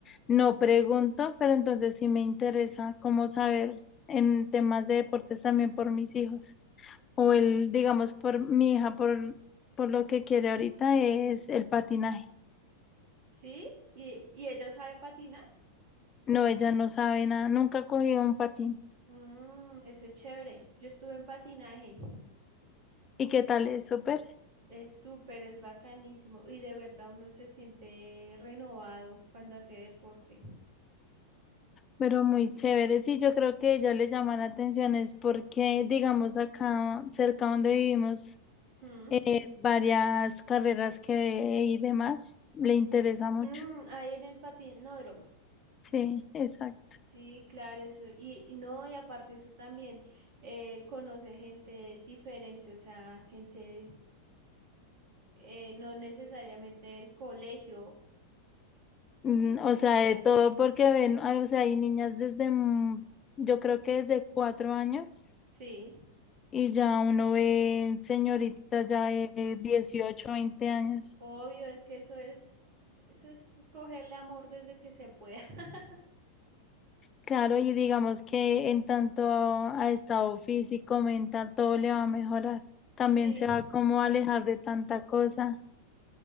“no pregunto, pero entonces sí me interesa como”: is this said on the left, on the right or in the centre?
Left